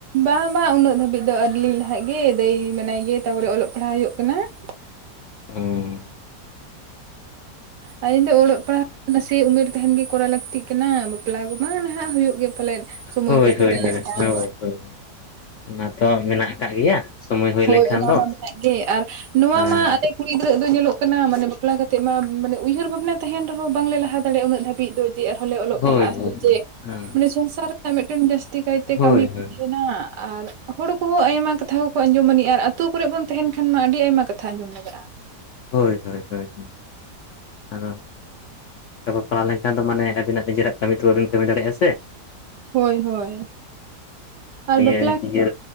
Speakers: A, on the right; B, on the left.
A: ᱵᱟᱝ ᱵᱟᱝ ᱩᱱᱟᱹᱜ ᱫᱷᱟᱹᱵᱤᱡ ᱫᱚ ᱟᱹᱣᱨᱤ ᱞᱤᱧ ᱞᱟᱦᱟᱜ ᱜᱮ ᱫᱟᱹᱭ ᱢᱮᱱᱟᱭ ᱜᱮ ᱛᱟᱯᱚᱨᱮ ᱚᱞᱚᱜ ᱯᱟᱲᱦᱟᱜ ᱦᱩᱭᱩᱜ ᱠᱟᱱᱟ ᱾
B: ᱚᱸ
A: ᱟᱞᱤᱧ ᱫᱚ ᱚᱞᱚᱜ ᱯᱟᱲᱦᱟᱵ, ᱱᱟᱥᱮ ᱩᱢᱮᱨ ᱛᱟᱸᱦᱮᱱ ᱜᱮ ᱠᱚᱨᱟᱣ ᱞᱟᱹᱠᱛᱤᱜ ᱠᱟᱱᱟ ᱵᱟᱯᱞᱟ ᱠᱚᱢᱟ ᱱᱟᱦᱟᱜ ᱦᱩᱭᱩᱜ ᱜᱮ ᱯᱟᱞᱮᱱ, ᱥᱚᱢᱚᱭ
B: ᱦᱳᱭ
A: ᱠᱚ ᱥᱮᱴᱮᱨ
B: ᱦᱳᱭ
A: ᱞᱮᱱᱠᱷᱟᱱ,
B: ᱦᱳᱭ ᱦᱳᱭ ᱚᱱᱟ ᱛᱚ ᱢᱮᱱᱟᱜ ᱟᱠᱟᱫ ᱜᱮᱭᱟ ᱥᱚᱢᱚᱭ ᱦᱩᱭ
A: ᱦᱳᱭ
B: ᱞᱮᱱᱠᱷᱟᱱ
A: ᱚᱱᱟ
B: ᱫᱚ
A: ᱢᱟ ᱢᱮᱱᱟᱜ ᱜᱮ ᱟᱨ ᱱᱚᱣᱟ
B: ᱦᱮᱸ
A: ᱢᱟ ᱟᱞᱮ ᱠᱩᱲᱤ ᱜᱤᱫᱽᱨᱟᱹ ᱫᱚ ᱧᱮᱞᱚᱜ ᱠᱟᱱᱟ ᱢᱟᱱᱮ ᱵᱟᱯᱞᱟ ᱠᱟᱛᱮᱫ ᱢᱟ ᱢᱟᱱᱮ ᱩᱭᱦᱟᱹᱨ ᱵᱷᱟᱵᱽᱱᱟ ᱛᱟᱸᱦᱮᱱ ᱨᱮᱦᱚᱸ ᱵᱟᱝᱞᱮ ᱞᱟᱦᱟ ᱫᱟᱲᱮᱭᱟᱜ-ᱟ, ᱩᱱᱟᱹᱜ ᱫᱷᱟᱹᱵᱤᱡ ᱫᱚ᱾ ᱪᱮᱫ ᱟᱨ ᱦᱚᱞᱮ ᱚᱞᱚᱜ
B: ᱦᱳᱭ
A: ᱯᱟᱲᱦᱟᱜ-ᱟ ᱥᱮ
B: ᱦᱳᱭ
A: ᱪᱮᱫ,
B: ᱦᱮᱸ
A: ᱢᱟᱱᱮ ᱥᱚᱝᱥᱟᱨ ᱨᱮᱱᱟᱜ ᱢᱤᱫᱴᱮᱱ ᱡᱟᱹᱥᱛᱤ ᱠᱟᱭᱛᱮ
B: ᱦᱳᱭ
A: ᱠᱟᱹᱢᱤ ᱠᱚ
B: ᱦᱳᱭ
A: ᱛᱟᱸᱦᱮᱱᱟ ᱾ ᱟᱨ ᱦᱚᱲ ᱠᱚᱦᱚᱸ ᱟᱭᱢᱟ ᱠᱟᱛᱷᱟ ᱠᱚᱠᱚ ᱟᱸᱡᱚᱢᱟᱹᱱᱤᱡ ᱟ ᱟᱨ ᱟᱛᱳ ᱠᱚᱨᱮ ᱵᱚᱱ ᱛᱟᱸᱦᱮᱱ ᱠᱷᱟᱱ ᱢᱟ ᱟᱹᱰᱤ ᱟᱭᱢᱟ ᱠᱟᱛᱷᱟ ᱟᱸᱡᱚᱢ ᱞᱟᱜᱟᱜ-ᱟ᱾
B: ᱦᱳᱭ ᱦᱳᱭ ᱦᱳᱭ ᱟᱫᱚ, ᱵᱟᱯᱞᱟ ᱞᱮᱱᱠᱷᱟᱱ ᱫᱚ ᱢᱟᱱᱮ ᱟᱵᱤᱱᱟᱜ ᱱᱤᱡᱮᱨᱟᱜ ᱠᱟᱹᱢᱤ ᱛᱚ ᱵᱟᱝᱵᱤᱱ ᱠᱟᱹᱢᱤ ᱫᱟᱲᱮᱭᱟᱜ-ᱟ ᱥᱮ,
A: ᱦᱳᱭ ᱦᱳᱭ ᱟᱨ
B: ᱱᱤᱭᱟᱹ
A: ᱵᱟᱯᱞᱟ
B: ᱤᱭᱟᱹ